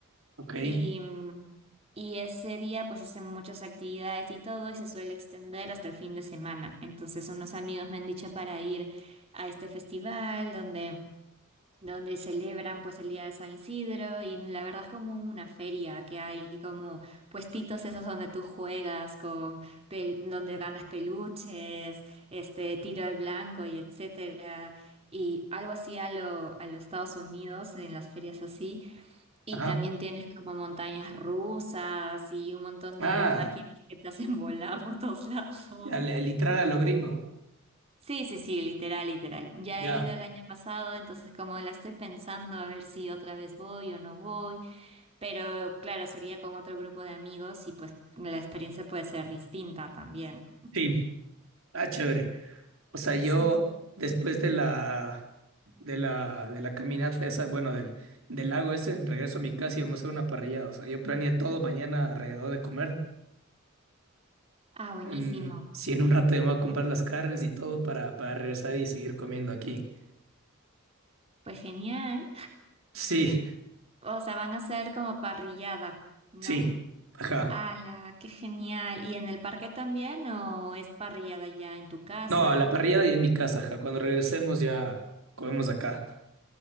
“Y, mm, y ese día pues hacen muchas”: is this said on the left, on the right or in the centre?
Right